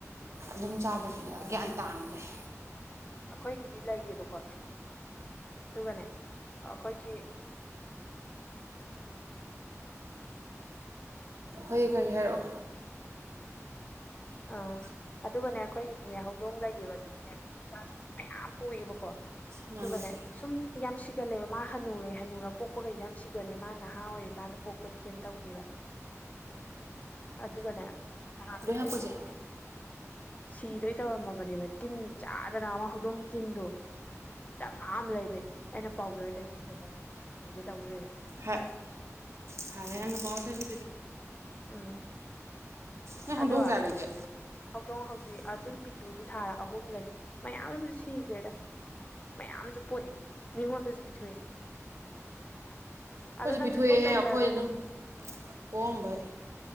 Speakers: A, on the right; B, on the left.
A: ꯑꯗꯨꯝ ꯆꯥꯗꯕꯤꯗ ꯒ꯭ꯌꯥꯟ ꯇꯥꯅ ꯂꯩ
B: ꯑꯩꯈꯣꯏꯒꯤꯗꯤ ꯂꯩꯌꯦꯕꯀꯣ ꯑꯗꯨꯒꯅꯦ ꯑꯩꯈꯣꯏꯒꯤ
A: ꯑꯩꯈꯣꯏ ꯀꯔꯤ ꯍꯥꯏꯔꯛꯑꯣ
B: ꯑꯥ ꯑꯗꯨꯒꯅꯦ ꯑꯩꯈꯣꯏꯒꯤꯗꯤꯅꯦ ꯍꯧꯗꯣꯡ ꯂꯩꯕ ꯑꯗꯨꯅꯅꯦ ꯃꯌꯥꯝ ꯄꯣꯛꯑꯦꯕꯀꯣ
A: ꯉꯥꯡꯒꯦ
B: ꯑꯗꯨꯒꯅꯦ
A: ꯀꯩ
B: ꯁꯨꯝ ꯌꯥꯝ ꯁꯤꯒꯜꯂꯦꯕ ꯃꯥ ꯍꯟꯅꯨꯔꯦ ꯍꯅꯨꯨꯔ ꯄꯣꯛꯄꯈꯩꯁꯦ ꯌꯥꯝ ꯁꯤꯒꯜꯂꯦ ꯃꯥ ꯅꯍꯥ ꯑꯣꯏꯔꯤꯀꯥꯟꯗ ꯄꯣꯛꯄꯗꯤ ꯀꯩꯝ ꯇꯧꯗꯦꯕ ꯑꯗꯨꯒꯅꯦ ꯅꯥꯍꯟꯁꯦ
A: ꯂꯣꯏ ꯍꯥꯞꯄꯨꯁꯦ
B: ꯑꯃ ꯁꯤꯗꯣꯏ ꯇꯧꯔꯝꯃꯕꯅꯦꯕ ꯇꯤꯟꯅ ꯆꯥꯗꯅ ꯑꯃ ꯍꯧꯗꯣꯡꯒꯤ ꯇꯤꯟꯗꯣ ꯗꯥꯃ ꯑꯃ ꯂꯩꯕ ꯑꯩꯅ ꯄꯥꯎꯗꯔ ꯇꯩꯕꯤꯕꯗꯒꯤ ꯍꯤꯡꯒꯦ ꯇꯧ ꯂꯩꯔꯝꯃꯦ
A: ꯐꯥ ꯐꯔꯦꯅꯦ ꯅꯪ ꯄꯥꯎꯗꯔ
B: ꯎꯝ
A: ꯅ ꯍꯧꯗꯣꯡ
B: ꯑꯗꯣ
A: ꯀꯌꯥ ꯂꯩꯒꯦ
B: ꯍꯧꯗꯣꯡ ꯍꯧꯖꯤꯛ ꯑꯗꯨ ꯄꯤꯇ꯭ꯔꯨꯗꯨ ꯊꯥꯔ ꯑꯍꯨꯝ ꯂꯩ ꯃꯌꯥꯝ ꯑꯃꯁꯨ ꯁꯤꯈ꯭ꯔꯦꯗ ꯃꯌꯥꯝꯁꯨ ꯄꯣꯛꯑꯦ ꯃꯤꯉꯣꯟꯗꯁꯨ ꯄꯤꯊꯣꯛꯑꯦ
A: ꯑꯩꯈꯣꯏꯁꯨ
B: ꯑꯗꯣ ꯅꯪ
A: ꯄꯤꯊꯣꯛꯑꯦꯍꯦ
B: ꯊꯕꯛ ꯇꯧꯖꯔꯣ
A: ꯑꯩꯈꯣꯏ ꯑꯗꯨꯝ ꯄꯣꯛꯑꯝꯕꯩ